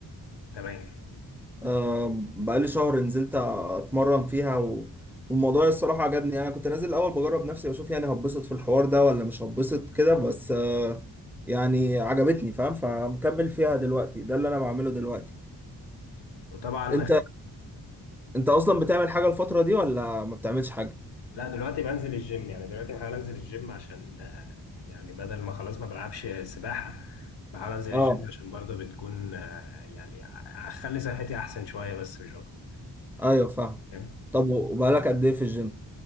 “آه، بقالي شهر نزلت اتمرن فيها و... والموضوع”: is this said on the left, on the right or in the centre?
Centre